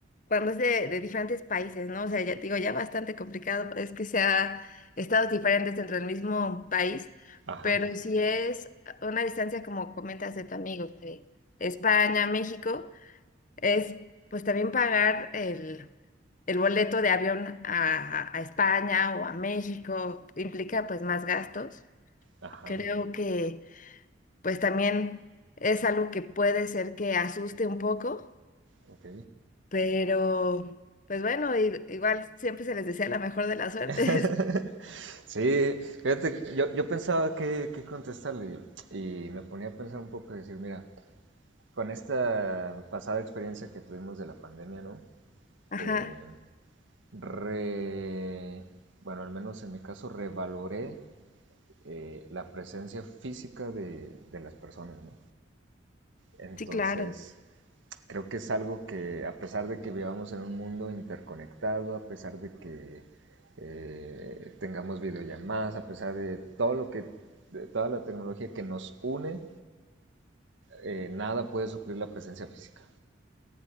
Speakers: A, on the left; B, on the right.
A: cuando es de, de diferentes países, ¿no? O sea, ya te digo, ya bastante complicado, es que sea estados diferentes dentro del mismo país,
B: Ajá,
A: pero si es una distancia como comentas de tu amigo, de España, México. es pues también pagar el, el boleto de avión a, a- a España o a México, implica pues más gastos.
B: ajá.
A: Creo que pues también es algo que puede ser que asuste un poco,
B: Ok.
A: pero pues bueno, i- igual siempre se les desea la mejor de las suertes.
B: <laughs> Sí, fíjate, que yo, yo pensaba que, que contestarle y me ponía a pensar un poco y decir, mira, con esta pasada experiencia que tuvimos de la pandemia, ¿no?
A: <laughs> Ajá,
B: Eh, re, bueno, al menos en mi caso, revaloré eh, la presencia física de, de las personas, ¿no? Entonces,
A: sí, claro.
B: Creo que es algo que, a pesar de que vivamos en un mundo interconectado, a pesar de que eh, tengamos videollamadas, a pesar de todo lo que, de toda la tecnología que nos une, eh, nada puede suplir la presencia física,